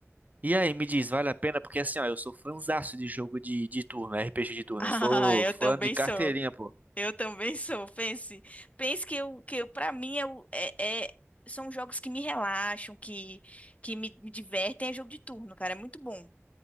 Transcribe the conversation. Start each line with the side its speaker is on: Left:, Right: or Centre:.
Right: E aí, me diz, vale a pena? Porque assim, ó, eu sou fãzaço de jogo de, de turno, RPG de
Left: <laughs>
Right: turno.
Left: Ah,
Right: Eu sou
Left: eu
Right: fã
Left: também
Right: de carteirinha,
Left: sou.
Right: pô.
Left: Eu também sou. Pense, pense que eu, que eu, para mim, eu, é, é- são jogos que me relaxam, que, que me, me divertem. É jogo de turno, cara. É muito bom.